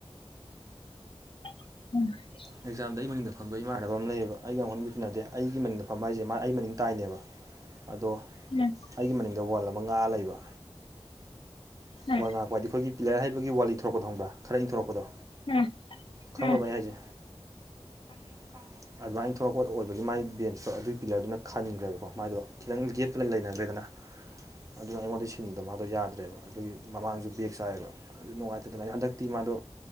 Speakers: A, on the left (about 55°); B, on the right (about 30°).
A: <inaudible>
B: ꯑꯦꯛꯖꯥꯝꯗ ꯑꯩ ꯃꯅꯤꯡꯗ ꯐꯝꯕ ꯏꯃꯥꯟꯅꯕ ꯑꯃ ꯂꯩꯌꯦꯕ ꯑꯩꯒ ꯑꯃꯨꯛꯍꯟꯅꯗꯤ ꯇꯤꯟꯅꯗꯦ ꯑꯩꯒꯤ ꯃꯅꯤꯡꯗ ꯐꯝꯕ ꯍꯥꯏꯁꯦ ꯃꯥ ꯑꯩ ꯃꯅꯤꯡ ꯇꯥꯏꯅꯦꯕ ꯑꯗꯣ
A: <unintelligible>
B: ꯑꯩꯒꯤ ꯃꯅꯤꯡꯗ ꯋꯥꯜ ꯑꯃ ꯉꯥꯛꯑ ꯂꯩꯕ
A: ꯎꯝ
B: ꯋꯥꯜ ꯉꯥꯛꯄ ꯍꯥꯏꯗꯤ ꯑꯈꯣꯏꯒꯤ ꯄꯤꯂ꯭ꯔ ꯍꯩꯕꯒꯤ ꯋꯥꯜ ꯂꯤꯊꯣꯔꯛꯄꯥꯗꯣ ꯈꯪꯕ꯭ꫪꯥ ꯈꯔꯥ ꯏꯟꯊꯣꯔꯛꯄꯗꯣ
A: ꯎꯝ
B: ꯈꯪꯕ꯭ꯔꯥꯕ
A: ꯎꯝ
B: ꯑꯩ ꯍꯥꯏꯁꯦ ꯈꯪꯉꯦ ꯑꯗꯨꯃꯥꯏꯅ ꯊꯣꯛꯂꯛꯄ ꯑꯣꯏꯕꯒꯤ ꯃꯥꯏ ꯕꯦꯟꯁꯇꯣ ꯑꯗꯨꯏ ꯄꯤꯜꯂꯔꯗꯨꯅ ꯈꯟꯒ꯭ꯔꯦꯕ ꯃꯥꯏꯗꯣ ꯈꯤꯇꯪ ꯒꯦꯞꯇꯣ ꯂꯩꯅꯒ꯭ꯔꯦꯗꯅ ꯑꯗꯨꯅ ꯑꯩꯉꯣꯟꯗꯒꯤ ꯁꯤꯟꯕꯗꯣ ꯃꯥꯗꯣ ꯌꯥꯗ꯭ꯔꯦꯕ ꯑꯗꯨꯒꯤ ꯃꯃꯥꯡꯁꯨ ꯕꯦꯛ ꯆꯥꯏꯌꯦꯕ ꯅꯨꯉꯥꯏꯇꯗꯅ ꯑꯩ ꯍꯟꯗꯛꯇꯤ ꯃꯥꯗꯣ